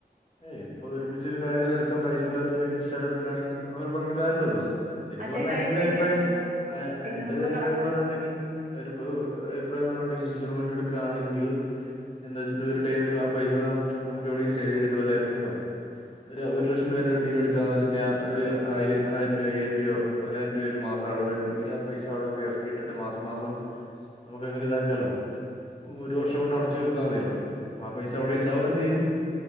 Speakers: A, on the left; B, on the right.
A: ഏയ് ഇപ്പൊ ഒരുമിച്ചൊരു കാര്യം എടുക്കാൻ പൈസ ഇല്ലാത്തൊരു ഇൻസ്റ്റാള് എടുക്കാണെങ്കി അവരെ പറഞ്ഞിട്ട് കാര്യമില്ലല്ലോ ശരിക്കും
B: അറ്റ്
A: പറഞ്ഞാൽ
B: എ ടൈം
A: എന്റെ ഒരു
B: പേ
A: അഭിപ്രായം
B: ചെയ്തെടുക്കുന്ന പിന്നെ
A: എന്റെ
B: നമ്മൾ
A: ഒരു അഭിപ്രായമെന്ന്
B: കടക്കാരൻ
A: പറഞ്ഞിട്ടുണ്ടെങ്കിൽ തിപ്പോ ഒരു അഭിപ്രായമെന്ന് പറഞ്ഞിട്ടുണ്ടെങ്കിൽ ഇൻസ്റ്റാൾമെന്റ് എടു ക്കാണെങ്കിൽ എന്താച്ച ഒരു ടൈമിന് ആ പൈസ നമക്ക് എവിടെ സേവ് ചെയ് ലെഫ്റ്റ് ഒര് ഒരു ലക്ഷം രൂപ ഒരു ടിവി എടുക്കാന്ന് വച്ചിട്ടുണ്ടെങ്കിൽ ഒരു ആയിരം ആയിരം രൂപയൊ അയ്യായിരം രൂപയൊ പതിനായിരം രൂപയൊ ഒരു മാസം അടവ് വരുന്നെങ്കില് ആ പൈസ അവിടെ എഫ് ടി ഇട്ടിട്ട് മാസം മാസം നമക്ക് അങ്ങനെ ഇതാക്കാലോ ഒരു വർഷം കൊണ്ട് അടച്ച് തീർത്താൽ മതിയല്ലോ അപ്പൊ ആ പൈസ അവിടെ ഉണ്ടാവുകയും ചെയ്യും